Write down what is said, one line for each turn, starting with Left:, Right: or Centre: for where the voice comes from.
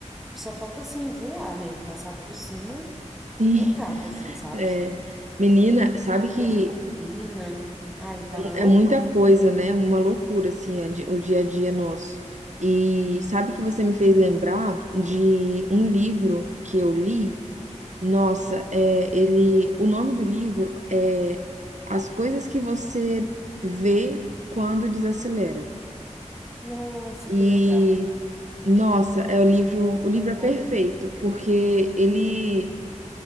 Centre: Só falta, assim, voar mesmo, passar por cima do
Right: sim.
Centre: teu carro, assim, sabe?
Right: É. Menina,
Centre: Qualquer
Right: sabe que
Centre: coisa buzina. Ai, tá uma
Right: é
Centre: loucura.
Right: muita coisa, né? Uma loucura, assim,
Centre: Uhum,
Right: a di- o dia a dia nosso. E sabe que você me fez lembrar de um livro que eu li? Nossa,
Centre: uhum.
Right: é, ele, o nome do livro é As Coisas que Você Vê Quando Desacelera.
Centre: Nossa,
Right: E,
Centre: que legal.
Right: nossa, é o livro, o livro
Centre: É bom?
Right: é perfeito, porque ele